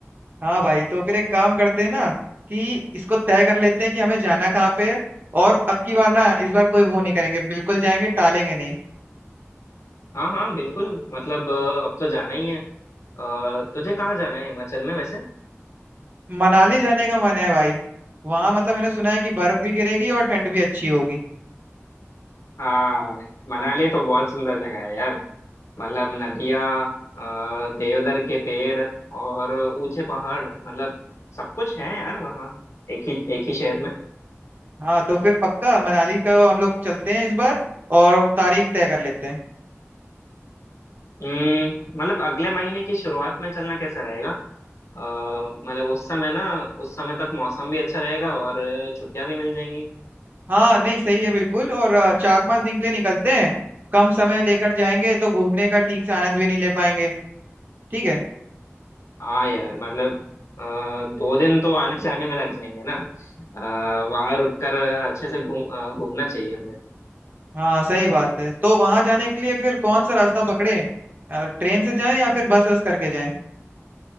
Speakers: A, on the right (about 40°); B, on the left (about 80°).
A: हाँ भाई तो फिर एक काम करते हैं ना कि इसको तय कर लेते हैं कि हमें जाना कहाँ पे है और अब की बार ना इस बार कोई वो नहीं करेंगे बिल्कुल जाएंगे टालेंगे नहीं
B: हाँ हाँ बिल्कुल मतलब अ, अब तो जाना ही है आ, तुझे कहाँ जाना है हिमाचल में वैसे
A: मनाली जाने का मन है भाई वहाँ मतलब मैंने सुना है कि बर्फ भी गिरेगी और ठंड भी अच्छी होगी
B: हाँ मनाली तो बहुत सुंदर जगह है यार मतलब नदियाँ अ, देवदार के पेड़ और ऊंचे पहाड़ मतलब सब कुछ है यार वहाँ एक ही एक ही शहर में
A: हाँ तो फिर पक्का मनाली का हम लोग चलते हैं इस बार और तारीख तय कर लेते हैं
B: हम्म मतलब अगले महीने की शुरुआत में चलना कैसा रहेगा अ, मतलब उस समय ना उस समय तक मौसम भी अच्छा रहेगा और छुट्टियाँ भी मिल जाएंगी
A: हाँ नहीं सही है बिल्कुल और अ, चार पांच दिन के लिए निकलते हैं कम समय लेकर जाएंगे तो घूमने का ठीक से आनंद भी नहीं ले पाएंगे ठीक है
B: हाँ यार मतलब अ, दो दिन तो आने जाने में लग जाएंगे ना अ, वहाँ रुककर अच्छे से घूम अ, घूमना चाहिए हमें
A: हाँ सही बात है तो वहां जाने के लिए फिर कौन सा रास्ता पकड़े ट्रेन से जाएं या फिर बस बस करके जाएं